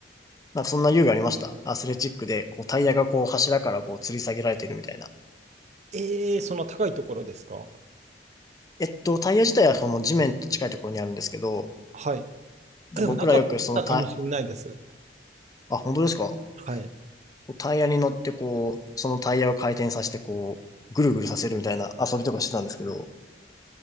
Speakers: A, on the left (about 20°); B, on the right (about 40°).
A: なんかそんな遊具ありましたアスレチックでこうタイヤがこう柱からこう吊り下げられてるみたいな。
B: えー、そんな高いところですか
A: えっと、タイヤ自体はこの地面と近いところにあるんですけど、
B: はい。
A: で、
B: あでもなかったかもしれないです。
A: 僕らよくそのタイ、あ、本当ですか
B: はい。
A: こうタイヤに乗ってこう、そのタイヤを回転させてこう、ぐるぐるさせるみたいな遊びとかしてたんですけど、